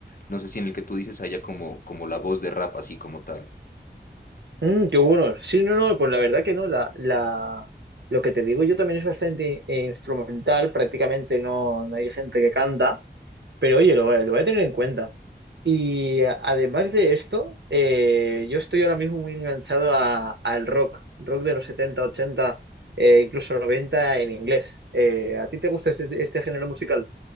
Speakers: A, on the left; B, on the right.
A: no sé si en el que tú dices haya como, como la voz de rap así como tal.
B: Mm, qué bueno. Sí, no, no, pues la verdad que no, la, la, lo que te digo yo también es bastante eh, instrumental, prácticamente no, no hay gente que canta. Pero oye, lo, voy a lo voy a tener en cuenta. Y a- además de esto, eh, yo estoy ahora mismo muy enganchado a- al rock, rock de los 70 ochenta eh, incluso 90 en inglés. Eh, ¿a ti te gusta este, este género musical?